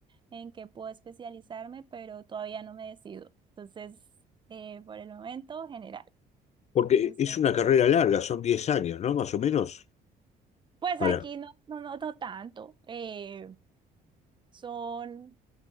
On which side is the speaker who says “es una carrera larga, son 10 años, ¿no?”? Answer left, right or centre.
Left